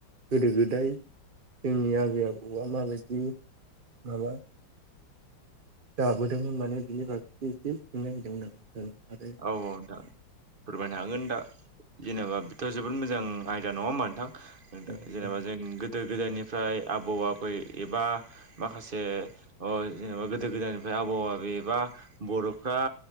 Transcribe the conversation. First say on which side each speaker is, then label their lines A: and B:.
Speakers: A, on the right (about 65°); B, on the right (about 35°).
A: गोदो गोदाय जोंनि आबै-आबौआ माबायदि माबा जाबोदोंमोन माने बिनि बागैसो एसे सोंनो नागिरदोंमोन आ सार आरो
B: औ औ नोंथां फोरमायनो हागोन दा जेनेबा बेथ' जोबोद मोजां आयदा नङा होनबा नोंथां। नोंथां
A: नोंथांनाव आरो
B: जेनेबा जों गोदो-गोदायनिफ्राय आबौ-आबै एबा माखासे ओ जेनेबा गोदो-गोदायनिफ्राय आबै-आबौ बा बर'फ्रा